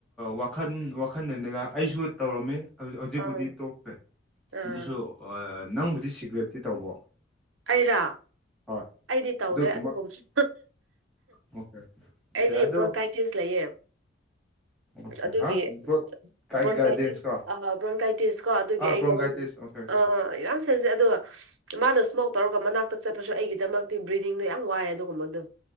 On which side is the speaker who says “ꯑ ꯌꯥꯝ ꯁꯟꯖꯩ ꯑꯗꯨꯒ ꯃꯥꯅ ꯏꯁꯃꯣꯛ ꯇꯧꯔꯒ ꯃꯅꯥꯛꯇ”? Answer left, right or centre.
Right